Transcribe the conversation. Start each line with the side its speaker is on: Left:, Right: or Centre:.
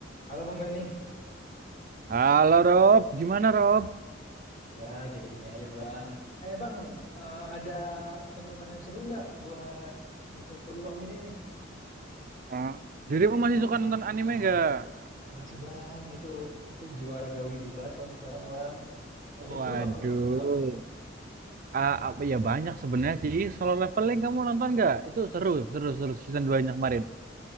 Left: Halo Bang Dani.
Right: Halo Rob, gimana Rob?
Left: Ya, gini-gini aja Bang. Eh Bang, eh, ada tontonan yang seru nggak buat ngisi waktu luang ini nih?
Right: Ah, Dirimu masih suka nonton anime gak?
Left: Masih Bang, itu itu jiwa ragawi bubat Bang sekarang Bang. Ada yang
Right: Waduh,
Left: seru Bang film anime Bang?
Right: Ah, apa ya banyak sebenarnya sih. Solo Leveling kamu nonton gak? Itu seru, seru, seru season 2-nya kemarin.